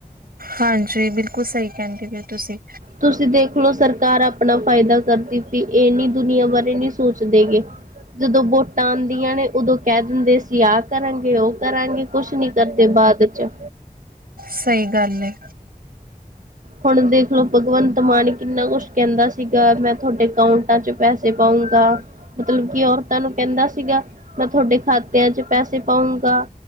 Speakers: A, on the right; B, on the right.
A: ਹਾਂਜੀ, ਬਿਲਕੁਲ ਸਈ ਕੈਂਦੇ ਬੇ ਓ ਤੁਸੀਂ।
B: ਤੁਸੀਂ ਦੇਖ ਲਓ ਸਰਕਾਰ ਅਪਣਾ ਫਾਇਦਾ ਕਰਦੀ ਪੀ, ਏ ਨੀ ਦੁਨੀਆਂ ਬਾਰੇ ਨੀ ਸੋਚਦੇ ਗੇ। ਤੂੰ ਜਦੋਂ ਵੋਟਾਂ ਆਂਦੀਆਂ ਨੇ ਉਦੋਂ ਕੈ ਦਿੰਦੇ ਸੀਂ ਆਹ ਕਰਾਂਗੇ ਓ ਕਰਾਂਗੇ, ਕੁਛ ਨੀ ਕਰਦੇ ਬਾਅਦ ਚ।
A: ਸਈ ਗੱਲ ਏ।
B: ਹੁਣ ਦੇਖ ਲਓ ਭਗਵੰਤ ਮਾਣ ਕਿੰਨਾ ਕੁਛ ਕੈਂਦਾ ਸੀਗਾ, ਮੈਂ ਤੁਆਡੇ ਅਕਾਊਂਟਾਂ ਚ ਪੈਸੇ ਪਾਉਂਗਾ ਮਤਲਬ ਕਿ ਔਰਤਾਂ ਨੂੰ ਕੈਂਦਾ ਸੀਗਾ, ਮੈਂ ਤੁਆਡੇ ਖਾਤਿਆਂ ਚ ਪੈਸੇ ਪਾਉਂਗਾ।